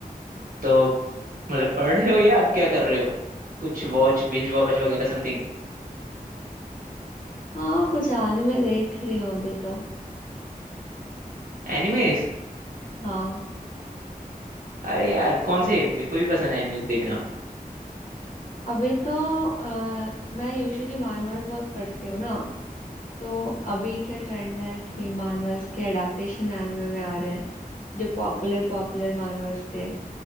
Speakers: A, on the right; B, on the left.
A: तो मतलब पढ़ रहे हो या आप क्या कर रहे हो कुछ वॉच बिंज वॉच वगैरह समथिंग
B: हाँ कुछ आने में देख रही हूँ अभी तो
A: एनिमेस
B: हाँ
A: अरे यार कौन से मेरे को भी पसंद है एनिमेस देखना
B: अभी तो अ, मैं यूजुअली मानवर्स बहुत पढ़ती हूँ ना तो अभी क्या ट्रेंड है कि मानवर्स के अडेप्टेशन एनिमे में आ रहे हैं जो पॉपुलर पॉपुलर मानवर्स थे